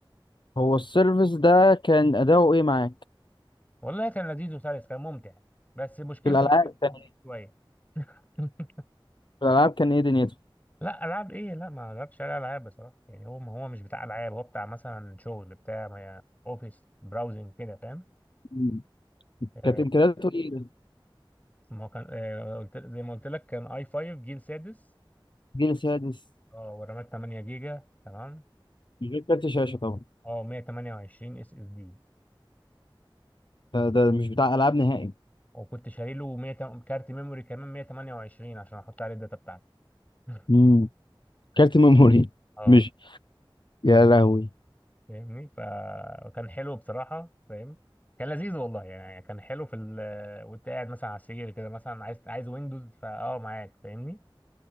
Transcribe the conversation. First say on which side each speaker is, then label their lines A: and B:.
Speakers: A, on the left; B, on the left.
A: هو السيرفيس ده كان أداؤه إيه معاك؟
B: والله كان لذيذ وسلس كان ممتع بس مشكلته
A: في الألعاب
B: الوحيده كنت
A: كان إيه؟
B: شويه <laughs>
A: في الألعاب كان إيه دنيته؟
B: لا العاب ايه لا ما جربتش عليه العاب بصراحه يعني هو هو مش بتاع العاب هو بتاع مثلا شغل بتاع ما- اوفيس براوزنج كده فاهم
A: مم.
B: آه،
A: كانت إمكانياته إيه؟
B: ما هو كان آه، قلت زي ما قلت لك كان اي 5 جيل سادس
A: جيل سادس
B: اه ورامات 8 جيجا تمام
A: من غير كارت شاشة طبعا
B: اه 128 اس اس دي
A: ده ده مش بتاع العاب نهائي
B: وكنت شاري له 100 تم- كارت ميموري كمان 128 عشان احط عليه الداتا بتاعتي <laughs>
A: امم كارت ميموري
B: اه
A: مش يا لهوي
B: فاهمني فكان حلو بصراحة فاهم كان لذيذ والله يعني كان حلو في ال وانت قاعد مثلا على السرير كده مثلا عايز عايز ويندوز فاه معاك فاهمني